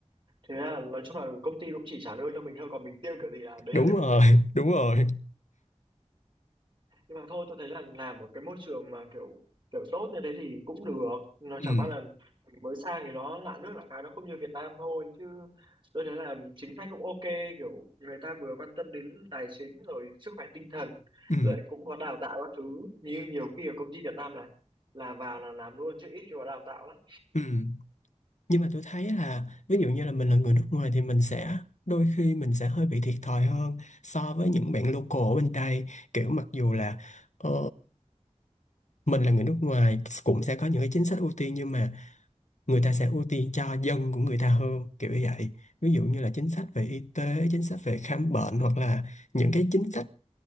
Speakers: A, on the right (about 40°); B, on the left (about 75°).
A: thế là nói chung là công ty cũng chỉ trả lương cho mình thôi còn mình tiêu kiểu gì là đấy
B: đúng
A: là việc
B: rồi
A: của mình
B: <laughs> đúng rồi
A: nhưng mà thôi tôi thấy là làm một cái môi trường mà kiểu kiểu tốt như thế thì cũng được nó chả
B: ừ
A: qua là mình mới sang thì nó lạ nước lạ cái nó không như Việt Nam thôi chứ tôi thấy là chính sách cũng ok kiểu người ta vừa quan tâm đến tài chính rồi sức khỏe tinh thần
B: ừ
A: rồi cũng có đào tạo các thứ như nhiều khi ở công ty Việt Nam là là vào là làm luôn chứ ít khi có đào tạo lắm
B: ừ nhưng mà tôi thấy là ví dụ như là mình là người nước ngoài thì mình sẽ đôi khi mình sẽ hơi bị thiệt thòi hơn so với những bạn local ở bên đây kiểu mặc dù là ờ, mình là người nước ngoài cũng sẽ có những cái chính sách ưu tiên nhưng mà người ta sẽ ưu tiên cho dân của người ta hơn kiểu như vậy ví dụ như là chính sách về y tế chính sách về khám bệnh hoặc là những cái chính sách